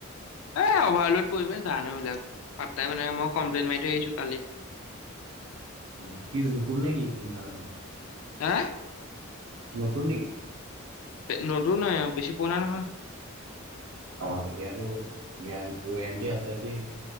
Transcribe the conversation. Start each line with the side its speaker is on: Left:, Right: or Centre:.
Left: এ অভাৰলোড পৰি পেলায় জানো এইবিলাক পাত্তাই মানে মই কমপ্লেইন মাৰি থৈ আহিছো কালি <inaudible>
Right: অ' কি নতুন নেকি ইনভাৰ্টাৰ টো।
Left: হা
Right: নতুন নেকি
Left: নতুনে বেছি পুৰণা নহয়
Right: তেতিয়াটো গেৰা ৱাৰেণ্টি আছে যদি